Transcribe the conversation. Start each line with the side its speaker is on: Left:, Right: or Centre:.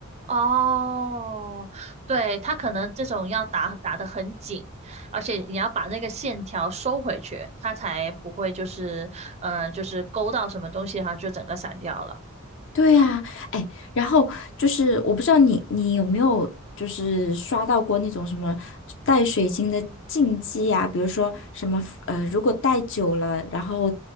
Right: 哦，对，它可能这种要打打得很紧，而且你要把那个线条收回去，它才不会就是，呃，就是勾到什么东西，然后就整个散掉了。
Left: 对呀，哎，然后就是我不知道你你有没有就是刷到过那种什么带水晶的禁忌呀、比如说什么呃，如果戴久了，然后